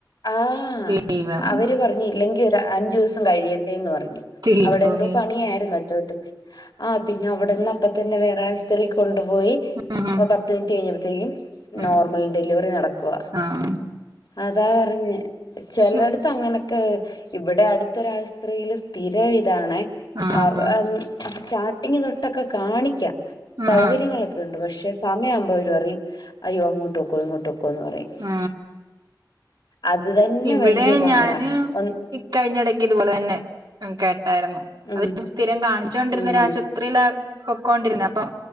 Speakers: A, on the left; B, on the right.
A: ആഹ്
B: ദൈവമേ
A: അവര് പർഞ് ഇല്ലെങ്കി ഒരു അഞ്ചൂസം കഴിയട്ടെന്ന് പറഞ്ഞു.
B: ദൈവമേ
A: അവിടെ എന്തോ പണിയായിരുന്ന്, അറ്റകുറ്റപ്പണി. ആഹ് പിന്നെ അവിടെന്ന് അപ്പ തന്നെ വേറെയാശു പത്രി കൊണ്ടുപോയി
B: ഉം ഉം
A: പത്ത് മിനിറ്റ് കഴിഞ്ഞപ്പത്തേക്കും
B: ഉം
A: നോർമൽ ഡെലിവറി നടക്കുവാ.
B: ആഹ്.
A: അതാ പറഞ്ഞേ ചെലോട്ത്ത്
B: ശരി
A: അങ്ങനെക്കെ ഇവടെ അടുത്തൊരാഷ്ത്രില് തിര ഇതാണെ
B: ആഹ്
A: ആ ആ സ്റ്റാർട്ടിംഗ് തൊട്ടൊക്കെ കാണിക്കാം
B: ആഹ്
A: സൗകര്യങ്ങളെക്കെ ഒണ്ട് പക്ഷെ സമയം ആവുമ്പ അവര് പറയും അയ്യോ അങ്ങോട്ടൊക്കോ ഇങ്ങോട്ടോക്കൊ എന്ന് പറയും
B: ആ
A: അത് തന്നെ
B: ഇവിടെ
A: വല്യ പാടാ
B: ഞാന്
A: ഒന്ന്
B: ഇക്കഴിഞ്ഞടക്ക് ഇതുപോലെ തന്നെ കേട്ടായിരുന്നു
A: ഉം
B: അവര് സ്ഥിരം കാണിച്ചുകൊണ്ടിരുന്ന
A: ഉം
B: ഒരാഷു ത്രില പൊക്കോണ്ടിരുന്നത് അപ്പൊ